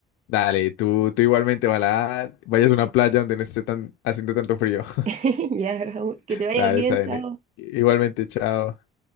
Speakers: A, on the left; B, on the right.
A: Dale, tú, tú igualmente, ojalá vayas a una playa donde no esté tan, haciendo tanto frío. <laughs>
B: <laughs> Ya, Raúl, que te vaya
A: Dale,
B: bien,
A: está
B: chao.
A: bien. Igualmente, chao.